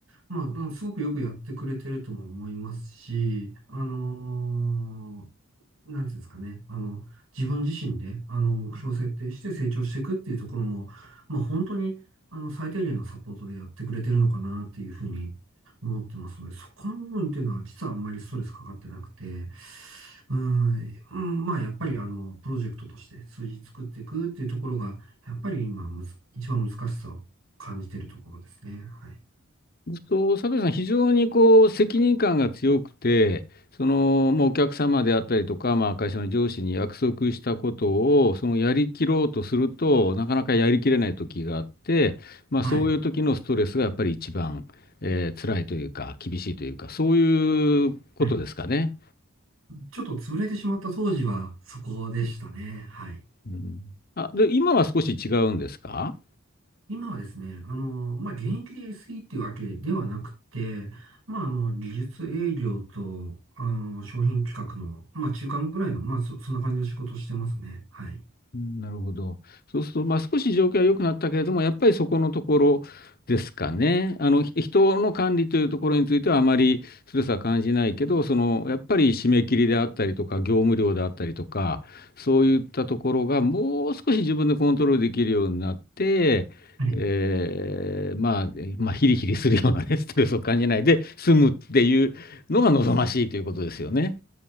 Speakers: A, on the right (about 85°); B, on the left (about 45°).
A: まあ、うんすごくよくやってくれてるとも思いますし、あのーなんていうんですかね、あの、自分自身で、あの、目標を設定して成長していくっていうところも、まあ、本当に、あの、最低限のサポートでやってくれてるのかなっていうふうに思ってますので、そこの部分っていうのは実はあんまりストレスかかってなくて、うーん、うんまあ、やっぱりあの、プロジェクトとして数字作っていくっていうところが、やっぱり今むず、一番難しさを感じてるところですね。はい。
B: そう佐藤さん、非常にこう責任感が強くて、そのまあお客様であったりとか、まあ、会社の上司に約束したことをそのやりきろうとすると、なかなかやりきれない時があって、まあ、
A: はい。
B: そういう時のストレスがやっぱり一番、えー辛いというか、厳しいというか、そういうことですかね。
A: はい。ちょっと潰れてしまった当時はそこでしたね。はい。
B: うん。あ、で、今は少し違うんですか
A: 今はですね、あの、まあ、現役で SE っていうわけではなくて、まあ、あの、技術営業と、あの、商品企画の、まあ、中間ぐらいの、まあ、そ、そんな感じの仕事をしてますね。はい。
B: うんなるほど。そうすると、まあ、少し状況は良くなったけれども、やっぱりそこのところですかね。あの、ひ人の管理というところについてはあまりストレスは感じないけど、その、やっぱり締め切りであったりとか、業務量であったりとか、そういったところがもう少し自分でコントロールできるようになって、
A: はい。
B: えーまあ、まあ、ヒリヒリするようなね、ストレスを感じないで済むっていうのが望ましいということですよね。